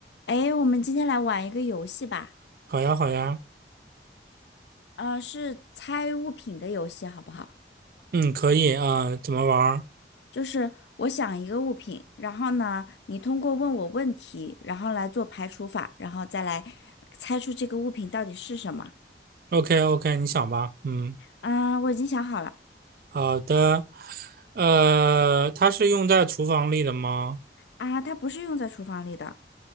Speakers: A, on the left (about 75°); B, on the right (about 50°).
A: 哎，我们今天来玩一个游戏吧，
B: 好呀，好呀，
A: 呃，是猜物品的游戏，好不好？
B: 嗯，可以啊，呃怎么玩儿
A: 就是我想一个物品，然后呢，你通过问我问题，然后来做排除法，然后再来猜出这个物品到底是什么。
B: ？OK，OK，你想吧，嗯，
A: 啊、我已经想好了，
B: 好的，呃，它是用在厨房里的吗？
A: 啊、它不是用在厨房里的，